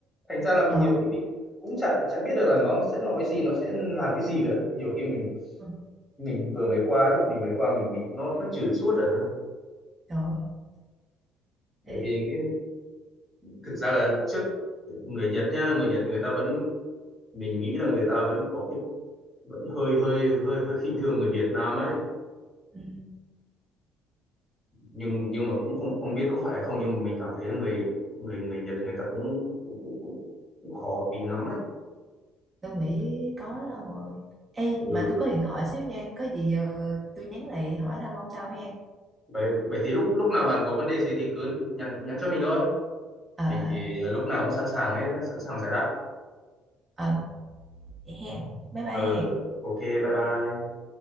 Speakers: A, on the left (about 15°); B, on the right (about 25°).
A: thành ra là mình
B: ờ
A: nhiều khi mình cũng chả chả biết được là nó sẽ nói gì nó sẽ làm cái gì cả nhiều khi mình
B: ừ,
A: mình vừa mới qua lúc mình mới qua mình bị nó nó chửi suốt à
B: trời ơi
A: bởi
B: Ê,
A: vì cái, thực ra là trước người Nhật nhá người Nhật người ta vẫn mình nghĩ là người ta vẫn có cái vẫn hơi hơi hơi hơi khinh thường người Việt Nam ấy
B: ừ,
A: nhưng nhưng mà cũng không không biết có phải hay không nhưng mà mình cảm thấy là người người người Nhật người ta cũng cũng cũng, cũng, cũng khó tính lắm ấy
B: tôi nghĩ có đó ông ơi Ê
A: ừ
B: mà tôi có điện thoại xíu nha có gì ờ, tôi nhắn lại hỏi thăm ông sau hen
A: vậy vậy thì lúc lúc nào bạn có vấn đề gì thì cứ nhắn nhắn cho mình thôi
B: ờ
A: mình
B: ờ
A: thì ờ, lúc nào cũng sẵn sàng hết á, sẵn sàng giải đáp
B: ờ Vậy hẹn. Bye bye
A: ờ
B: hẹn.
A: ok bye bye